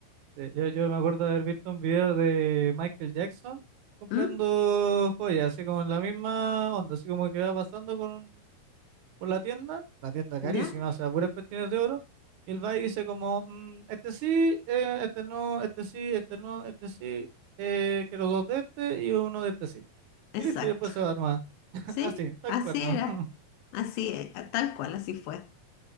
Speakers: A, on the right (about 70°); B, on the left (about 75°).
A: Sí, Yo, yo me acuerdo de haber visto un video de Michael Jackson comprando
B: ¿Mm?
A: joyas, así como en la misma onda, así como que va pasando con por la tienda, la tienda carísima,
B: ¿Ya?
A: o sea, puras cuestiones de oro, y él va y dice como, "Mm, este sí, eh, este no, este sí, este no, este sí, eh, quiero dos de este y uno de este sí.
B: Exacto.
A: Y listo, y después se va nomás. <laughs>
B: Sí,
A: Así, tal
B: así
A: cual, ¿no?
B: era.
A: <laughs>
B: Así es, tal cual, así fue.